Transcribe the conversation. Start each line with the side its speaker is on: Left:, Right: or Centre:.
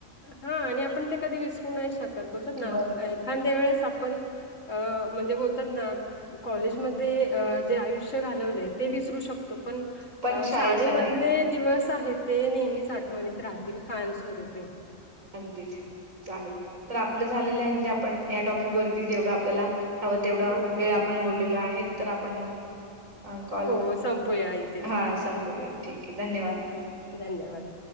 Left: हा आणि आपण ते कधी विसरू नाही शकत बोलतो ना
Right: बरोबर.
Left: एखांद्या वेळेस आपण अ म्हणजे बोलतात ना कॉलेजमध्ये अ जे आयुष्य घालवलेय ते विसरू शकतो पण
Right: पण
Left: अ
Right: शाळेतला
Left: शाळेमधले
Right: नाही.
Left: दिवस आहे ते नेहमीच आठवणीत राहतील कायमस्वरूपे.
Right: अगदीच चालेल, तर आपलं झालेलं आहे म्हणजे आपण या टॉपिकवरती जेवढं आपल्याला हवं तेवढा
Left: हो
Right: वेळ
Left: हो
Right: आपण बोललेल आहे तर आपण मग आ कॉल
Left: व संपोया इथे
Right: हा संपूया ठीक आहे धन्यवाद.
Left: हम्म धन्यवाद.